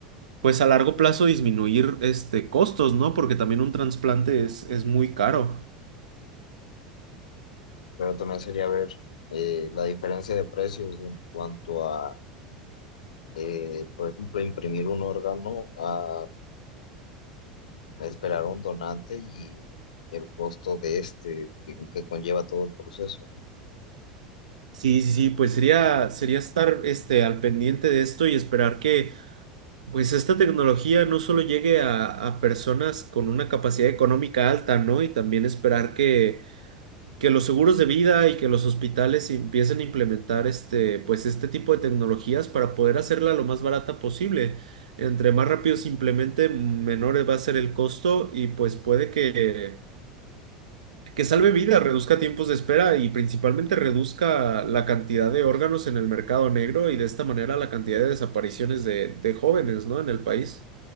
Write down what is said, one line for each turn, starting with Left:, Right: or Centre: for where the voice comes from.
Right: pues a largo plazo disminuir este costos, ¿no? Porque también un trasplante es, es muy caro.
Left: pero también sería ver eh, la diferencia de precios en cuanto a, eh, por ejemplo, imprimir un órgano a esperar a un donante y el costo de este que, que conlleva todo el proceso.
Right: Sí, sí, sí, pues sería, sería estar este, al pendiente de esto y esperar que pues esta tecnología no solo llegue a, a personas con una capacidad económica alta, ¿no? Y también esperar que que los seguros de vida y que los hospitales empiecen a implementar este, pues este tipo de tecnologías para poder hacerla lo más barata posible. Entre más rápido se implemente, menor va a ser el costo y pues puede que, que salve vidas, reduzca tiempos de espera y principalmente reduzca la cantidad de órganos en el mercado negro y de esta manera la cantidad de desapariciones de, de jóvenes, ¿no? En el país.